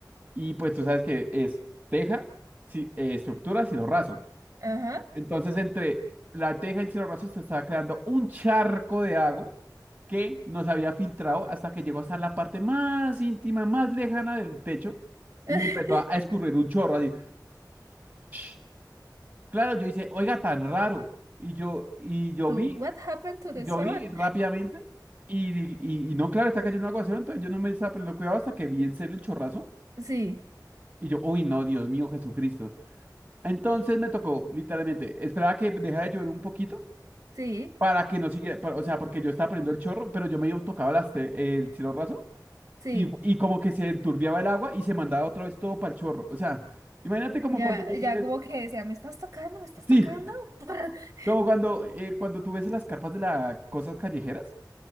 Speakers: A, on the right; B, on the right.
A: y pues tú sabes que es teja, ci- eh, estructura, cielo raso.
B: Ajá.
A: Entonces entre la teja y el cielo raso se estaba creando un charco de agua que nos había filtrado hasta que llegó hasta la parte más íntima, más lejana del techo y
B: <laughs>
A: empezó a a escurrir un chorro así. <laughs> Claro, yo hice, oiga, tan raro. Y yo, y yo
B: Tú,
A: vi
B: what happened to the
A: Y yo
B: sun?
A: vi rápidamente y, y, y no, claro, está cayendo un aguacero, entonces yo no me estaba poniendo cuidado hasta que vi en serio el chorrazo.
B: Sí,
A: Y yo, uy, no, Dios mío, Jesucristo. Entonces me tocó, literalmente, esperaba que dejara de llover un poquito
B: sí,
A: para que no siguiera, para- o sea, porque yo estaba poniendo el chorro, pero yo medio tocaba las te- el cielo raso
B: sí.
A: y, y como que se enturbiaba el agua y se mandaba otra vez todo para el chorro. O sea, imagínate como
B: Ya,
A: cuando tú
B: ya
A: tienes,
B: como que decía, ¿me estás tocando? ¿Me estás
A: sí,
B: tocando? <laughs>
A: como cuando, eh, cuando tú ves las carpas de las cosas callejeras.